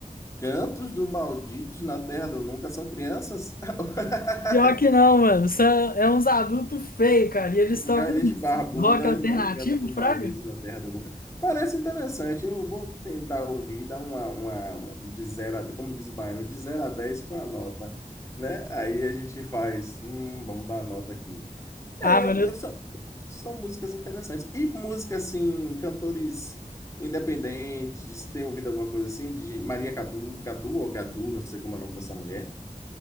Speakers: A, on the left; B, on the left.
A: Cantos do Malditos na Terra do Nunca são crianças? <laughs>
B: Pior que não, mano. São, é é uns adultos feios, cara. E eles
A: Lugares
B: tocam uns
A: de barbuda,
B: rock alternativo,
A: né? Cantos do
B: fraga?
A: Maldito na Terra do Nunca. Parece interessante. Eu vou tentar ouvir, dar uma, uma um de zero a, como diz o baiano, de zero a 10 com a nota, né? Aí a gente faz, hum, vamos dar a nota aqui.
B: Ah,
A: É,
B: mano,
A: mas
B: eu-
A: são, são músicas interessantes. E música assim, cantores independentes, tem ouvido alguma coisa assim de gente, Maria Cadu, Cadu ou Gadu, não sei como é o nome dessa mulher.